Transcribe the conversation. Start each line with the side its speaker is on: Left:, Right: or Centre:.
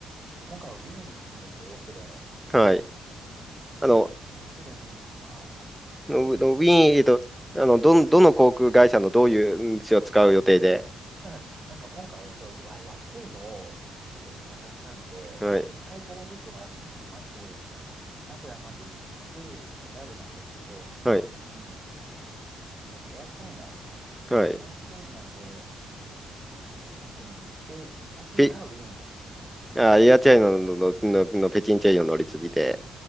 Right: 今回はウィーンに行くんですよ、オーストリアの。
Centre: はい。あの、
Right: オーストリアのウィーンです。はい。
Centre: のウィーン、えっと、あの、どん、どの航空会社のどういううん使を使う予定で、
Right: あ、はいはい。なんか今回、そういうわ安いのを一生懸命探したので、
Centre: はい。
Right: なんか2回トランジットがあるんですよね。まず、名古屋まで行って、そこ JAL なんですけど、その後に、
Centre: はい。
Right: えっと、エアチャイナ
Centre: はい。
Right: エアチャイナで、こう北京に行って、北京からウィーンって感じですね。
Centre: ピあ、エアチャイナの、の、の、の北京チェイヨン乗り継ぎで、